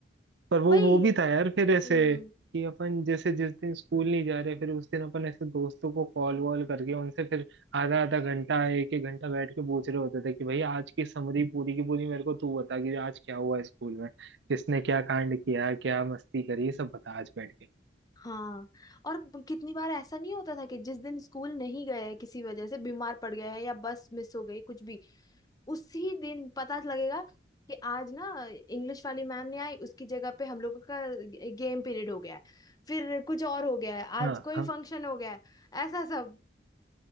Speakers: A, on the right; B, on the left.
A: पर वो
B: वही
A: वो भी था यार फिर ऐसे
B: हम्म
A: कि अपन जैसे जिस दिन स्कूल नहीं जा रहे फिर उस दिन अपन ऐसे दोस्तों को कॉल वॉल करके उनसे फिर आधा आधा घंटा एक एक घंटा बैठ के पूछ रहे होते थे कि भाई आज की समरी पूरी की पूरी मेरे को तू बता कि आज क्या हुआ स्कूल में किसने क्या कांड किया क्या मस्ती करी ये सब बता आज बैठ के
B: हाँ और ब- कितनी बार ऐसा नहीं होता था कि जिस दिन स्कूल नहीं गए किसी वजह से बीमार पड़ गए हैं या बस मिस हो गई कुछ भी उसी दिन पता लगेगा कि आज ना इंग्लिश वाली मैम नहीं आई उसकी जगह पे हम लोगों का गे- गेम पीरियड हो गया है फिर कुछ और हो गया है
A: हाँ
B: आज कोई
A: हाँ
B: फंक्शन हो गया है ऐसा सब